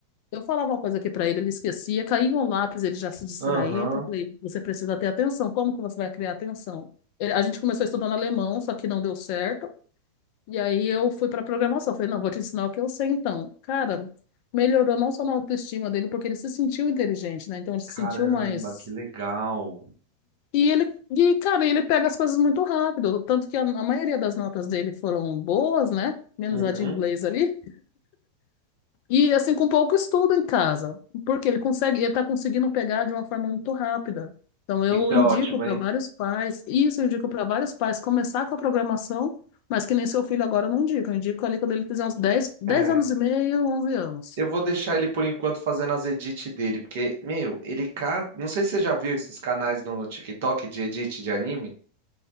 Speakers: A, on the left; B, on the right.
A: eu falava uma coisa aqui para ele, ele esquecia, caía um lápis, ele já se distraía.
B: Aham.
A: Então eu falei, você precisa ter atenção. Como que você vai criar atenção? Ele- a gente começou estudando alemão, só que não deu certo. E aí eu fui para programação. Falei, não, vou te ensinar o que eu sei então. Cara, melhorou não só na autoestima dele, porque ele se sentiu inteligente, né? Então ele se
B: Caramba,
A: sentiu mais
B: que legal.
A: e ele, e, cara, ele pega as coisas muito rápido, tanto que a, a maioria das notas dele foram boas, né? Menos
B: Uhum.
A: a de inglês ali. E assim, com pouco estudo em casa, porque ele consegue, ele tá conseguindo pegar de uma forma muito rápida. Então eu
B: Isso é
A: indico
B: ótimo,
A: para
B: hein?
A: vários pais, isso eu indico para vários pais começar com a programação, mas que nem seu filho agora eu não indico, eu indico ali quando ele fizer uns dez dez
B: É.
A: anos e meio, onze anos.
B: Eu vou deixar ele por enquanto fazendo as edits dele, porque, meu, ele ca... Não sei se você já viu esses canais no TikTok de edit de anime.